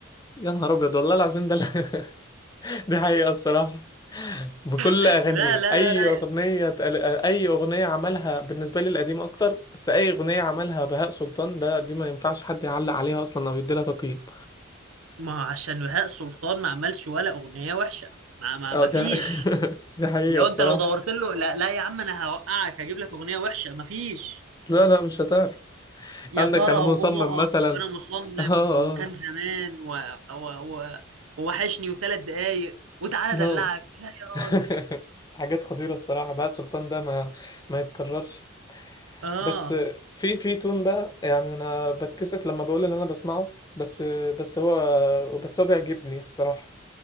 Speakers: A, on the left; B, on the right.
A: يا نهار ابيض والله العظيم ده ال- <laughs> دي حقيقة الصراحة بكل
B: <laughs>
A: اغانيه
B: لا لا
A: اي
B: لا لا
A: اغنية تقل- اي اغنية عملها بالنسبة لي القديمة اكتر بس اي اغنية عملها بهاء سلطان ده دي ما ينفعش حد يعلق عليها اصلا او يديلها تقييم
B: ما هو عشان بهاء سلطان ما عملش ولا أغنية وحشة ما ما
A: اه
B: ما
A: ده
B: فيش
A: <laughs> ده حقيقة
B: لو
A: الصراحة
B: انت لو دورت له لا لا يا عم انا هوقعك هجيب لك أغنية وحشة ما فيش
A: لا لا مش هتعرف
B: يا
A: عندك
B: ترى
A: انا
B: وقوم
A: مصمم
B: اقف
A: مثلا
B: وانا مصمم
A: <laughs> اه
B: وكان
A: اه
B: زمان و... و... و... ووحشني وثلاث دقايق وتعالى
A: اه
B: ادلعك لا يا
A: <laughs>
B: راجل
A: حاجات خطيرة الصراحة بقى السلطان ده ما ما يتكررش
B: اه
A: بس في في تون بقى يعني انا بتكسف لما بقول اللي انا بسمعه بس بس هو بس هو بيعجبني الصراحة